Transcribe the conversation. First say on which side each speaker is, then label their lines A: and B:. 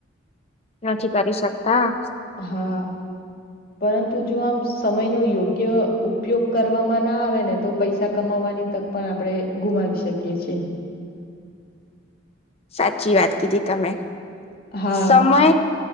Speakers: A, on the left; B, on the left.
A: નથી કરી શકતા.
B: હા પરંતુ જો આમ સમય નો યોગ્ય ઉપયોગ કરવામાં ના આવે ને તો પૈસા કમાવવાની તક પણ આપડે ગુમાવી શકીએ છે.
A: સાચી વાત કીધી તમે
B: હા
A: સમય